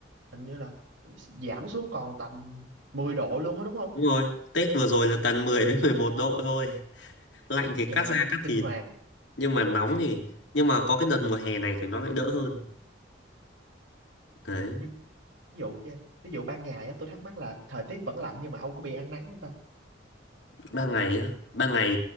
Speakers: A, on the right; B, on the left.
A: hình như là giảm xuống còn tầm 10 độ luôn á đúng không
B: Đúng rồi, Tết vừa rồi là tầm 10 với 11 độ thôi. Lạnh thì
A: trời
B: cắt
A: ơi
B: da cắt
A: kinh
B: thịt,
A: hoàng
B: nhưng mà nóng thì nhưng mà có cái đợt mùa hè này thì nó lại đỡ hơn. Đấy,
A: Nhưng ví dụ nha ví dụ ban ngày á tôi thắc mắc là thời tiết vẫn lạnh nhưng mà ông có bị ăn nắng không ta
B: ban ngày á, ban ngày